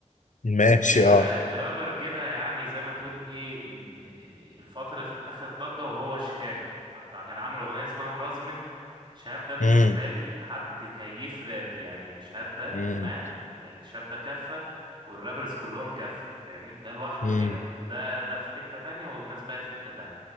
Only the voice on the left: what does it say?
ماشي
اه
امم
امم
امم